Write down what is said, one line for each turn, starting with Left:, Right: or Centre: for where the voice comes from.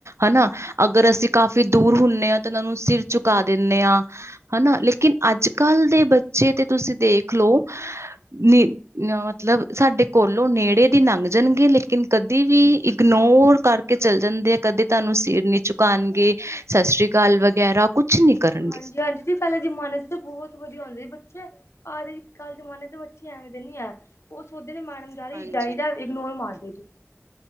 Right: ਹਨਾ। ਅਗਰ ਅਸੀਂ ਕਾਫ਼ੀ ਦੂਰ ਹੁੰਦੇ ਹਾਂ ਤੇ ਇਹਨਾਂ ਨੂੰ ਸਿਰ ਚੁੱਕ ਚੁਕਾ ਦਿੰਦੇ ਹਾਂ, ਹਨਾ ਲੇਕਿਨ ਅੱਜ-ਕੱਲ ਦੇ ਬੱਚੇ ਤੇ ਤੁਸੀਂ ਦੇਖ ਲਓ। ਨੀ, ਮਤਲਬ ਸਾਡੇ ਕੋਲੋਂ ਨੇੜੇ ਦੀ ਲੰਘ ਜਾਣਗੇ ਲੇਕਿਨ ਕਦੇ ਵੀ ਇਗਨੋਰ ਕਰ ਕੇ ਚੱਲ ਜਾਂਦੇ ਆ। ਕਦੇ ਤੁਹਾਨੂੰ ਸਿਰ ਨੀ ਚਝੁਕਾਉਣਗੇ ਸ਼ਸ਼ੀ ਕਾਲ ਵਗੈਰਾ ਕੁਛ ਨਹੀਂ ਕਰਨਗੇ
Left: ਹਾਂਜੀ- ਹਾਂਜੀ ਪਹਿਲੇ ਜਮਾਨੇ ਚ ਤਾਂ ਬਹੁਤ ਵਧੀਆ ਹੁੰਦਾ ਸੀ। ਬੱਚੇ, ਅੱਜ-ਕੱਲ੍ਹ ਜਮਾਨੇ ਤੇ ਬੱਚੇ, ਐਵੇਂ ਦੇ ਨੀ ਹੈ। ਉਹ ਸੋਚਦੇ ਨੇ, ਮੈਡਮ ਜਾ ਰਹੀ
Right: ਹਾਂਜੀ
Left: ਜਾਈ ਜਾਏ ਇਗਨੋਰ ਮਾਰਦੇ ਜੀ